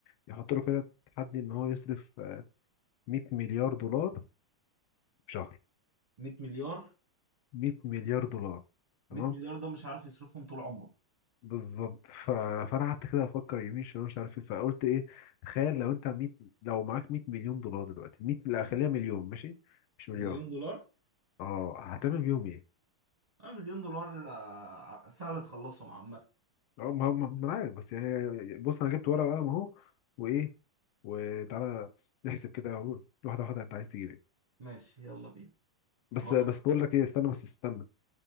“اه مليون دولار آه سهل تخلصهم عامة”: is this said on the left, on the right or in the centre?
Right